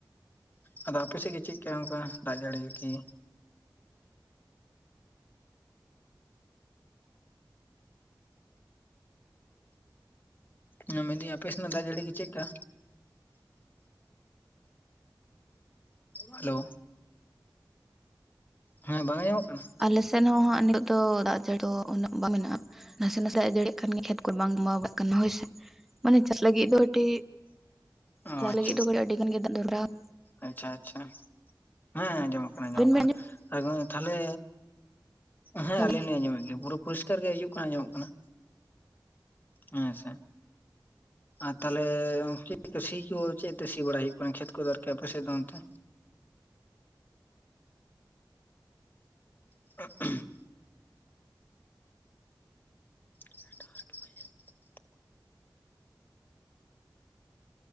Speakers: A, on the left (about 25°); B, in the centre.
A: ᱟᱫᱚ ᱟᱯᱮ ᱥᱮᱫ ᱜᱮ ᱪᱮᱫ ᱠᱟᱜ ᱚᱱᱠᱟ ᱫᱟᱜ ᱡᱟᱹᱲᱤ ᱠᱤ ᱦᱮᱸ ᱢᱮᱱᱫᱟᱹᱧ ᱟᱯᱮ ᱥᱮᱱᱟᱜ ᱫᱟᱜ ᱡᱟᱹᱲᱤ ᱜᱮ ᱪᱮᱫᱠᱟ ᱦᱮᱞᱳ ᱦᱮᱸ ᱵᱟᱝ ᱟᱸᱡᱚᱢᱚᱜ ᱠᱟᱱᱟ
B: ᱟᱞᱮᱥᱮᱱ ᱦᱚᱸ ᱱᱤᱛᱳᱜ ᱫᱚ ᱫᱟᱜ ᱡᱟᱹᱲᱤ ᱩᱱᱟᱹᱜ ᱵᱟᱝ ᱢᱮᱱᱟᱜ-ᱟ ᱱᱟᱥᱮ ᱱᱟᱥᱮ ᱟᱡᱟᱹᱲᱤᱜ ᱠᱷᱟᱱᱜᱮ ᱠᱷᱮᱛ ᱠᱚᱨᱮ ᱵᱟᱝ ᱜᱟᱣᱟᱜ ᱠᱟᱱᱟ ᱦᱳᱭᱥᱮ ᱢᱟᱱᱮ ᱪᱟᱥ ᱞᱟᱹᱜᱤᱫ ᱫᱚ ᱟᱹᱰᱤ
A: ᱚ
B: ᱡᱟᱦᱟᱸ
A: ᱟᱪᱪᱷᱟ
B: ᱞᱟᱹᱜᱤᱫ ᱫᱚ ᱠᱟᱹᱤᱡ ᱟᱹᱰᱤ ᱜᱟᱱ ᱜᱮ ᱫᱟᱜ ᱫᱚ <unintelligible>
A: ᱟᱪᱪᱷᱟ ᱟᱪᱪᱷᱟ ᱦᱮᱸ ᱟᱸᱡᱚᱢᱚᱜ ᱠᱟᱱᱟᱸ ᱧᱟᱢᱚᱜ
B: ᱟᱵᱮᱱ
A: ᱠᱟᱱᱟ
B: ᱵᱮᱱ ᱟᱸᱡᱚᱢ
A: ᱛᱟᱦᱞᱮ ᱦᱮᱸ
B: ᱦᱮᱞᱳ
A: ᱟᱞᱤᱧ ᱞᱧ ᱟᱸᱡᱚᱢᱮᱫ ᱜᱮᱭᱟ ᱯᱩᱨᱟᱹ ᱯᱚᱨᱤᱥᱠᱟᱨ ᱜᱮ ᱦᱤᱡᱩᱜ ᱠᱟᱱᱟ ᱟᱸᱡᱚᱢᱚᱜ ᱠᱟᱱᱟ ᱦᱮᱸ ᱥᱮ ᱟᱨ ᱛᱟᱦᱚᱞᱮ ᱪᱮᱫ ᱠᱚ ᱥᱤ ᱠᱚ ᱪᱮᱫ ᱛᱮ ᱥᱤ ᱵᱟᱲᱟᱭ ᱦᱩᱭᱩᱜ ᱠᱟᱱᱟ ᱠᱷᱮᱛ ᱠᱚᱫᱚ ᱟᱨᱠᱤ ᱟᱯᱮᱥᱮᱫ ᱫᱚ ᱚᱱᱛᱮ <unintelligible> <unintelligible>